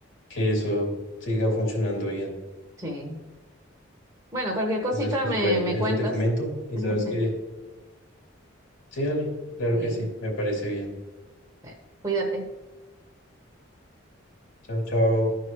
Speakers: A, on the left (about 70°); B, on the right (about 20°).
A: que eso siga funcionando bien.
B: Sí. Bueno, cualquier cosita
A: Entonces, pues
B: me,
A: bueno,
B: me
A: eso
B: cuentas.
A: te comento y
B: <laughs>
A: sabes que sí, dale, claro
B: Sí,
A: que sí, me parece bien.
B: bueno, cuídate.
A: Chao, chao.